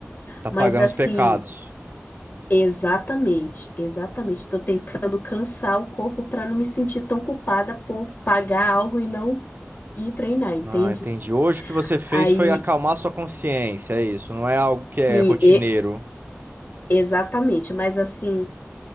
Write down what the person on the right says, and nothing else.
Tá
pagando
os pecados?
Ah, entendi. Hoje o que você fez
foi acalmar sua consciência, é isso. Não é algo que
é rotineiro.